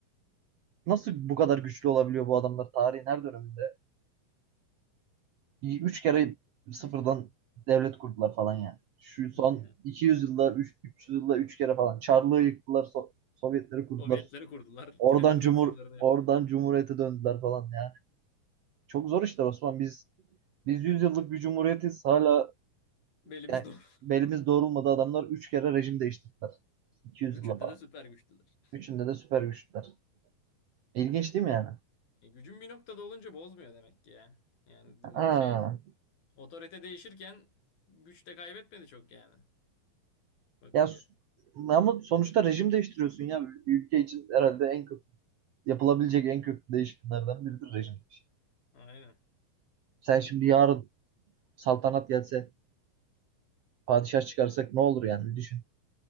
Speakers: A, on the right; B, on the left.
A: nasıl bu kadar güçlü olabiliyor bu adamlar tarihin her döneminde? Üç kere sıfırdan devlet kurdular falan yani. Şu son
B: Aynen.
A: 200 yılda, üç- 300 yılda üç kere falan. Çarlığı yıktılar, So- Sovyetleri kurdular.
B: Sovyetleri kurdular.
A: Oradan
B: Kendi
A: cumhur,
B: Rusyalarını yaptılar.
A: oradan cumhuriyete döndüler falan yani. Çok zor işler Osman. Biz biz 100 yıllık bir cumhuriyetiz. Hala
B: Belimiz
A: yani
B: doğru. <laughs>
A: belimiz doğrulmadı adamlar üç kere rejim değiştirdiler. 200
B: Üçünde
A: yılda falan.
B: de süper güçlüler.
A: Üçünde de süper güçler. İlginç değil mi yani?
B: E, gücün bir noktada olunca bozmuyor demek ki ya. Yani
A: Aa.
B: bu şey otorite değişirken güç de kaybetmedi çok yani. Bakınca.
A: Ya s- ama sonuçta rejim değiştiriyorsun ya. Bir ülke için herhalde en kötü yapılabilecek en köklü değişikliklerden biridir rejim değişikliği.
B: Aynen.
A: Sen şimdi yarın saltanat gelse, padişah çıkarsak ne olur yani bir düşün.